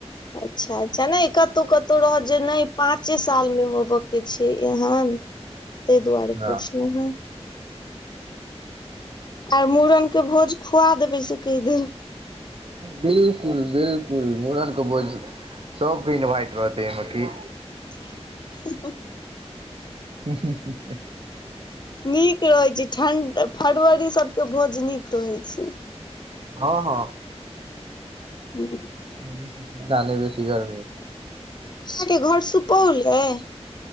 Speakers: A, on the left; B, on the right.
A: अच्छा अच्छा नइ कतौ कतौ रहत जे नइ पाँचे साल मे होबक किछहन तइ दुआरे
B: हँ
A: पुछलउ हें आई मुड़न के भोज खुआ देबै से कही देल
B: बिल्कुल बिल्कुल मुड़न के भोझ सबके इनवाइट रहततै अहाँ के
A: <unintelligible>
B: हूँ हूँ हू
A: नीक रहै छै ठण्ड फरवरी सबके भोज नीक रहै छै
B: हँ हँ
A: हं
B: नइ बेसी ठण्डा नइ बेसी गर्मी
A: अहाँके घर सुपौल अय